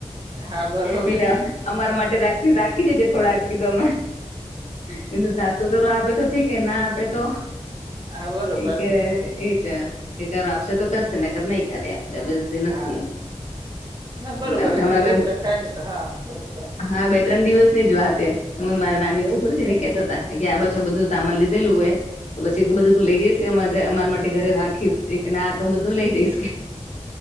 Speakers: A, on the right (about 40°); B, on the left (about 80°).
A: હા બરોબર
B: મી્ર અમારા માટે રાખ રાખી જજે થોડાકીધમે મે કીધું સાસુ તો આપે તો ઠીક છે ના આપે તો.
A: હા બરોબર
B: એ કે એજ કે આપશે તો કરશે નકર નહી કરે. જબર જસ્તી નથી
A: હા
B: એમ.
A: ના બરોબર
B: એટલાા
A: એ તો એવું
B: બે
A: જ રખાય ને તો હા બરોબર
B: હા બે ત્રણ દિવસ <unintelligible> ની જ વાતે હું મારા નાની
A: એવું
B: જે <unintelligible> છેને કેતા હતા કે આ <unintelligible> બધું સામાન લીધેલું હોય તો પછી બધું તું લઈ જઈશ અમારા માટે ઘરે રાખીશ કે ના તો હું બધું લઈ જઈશ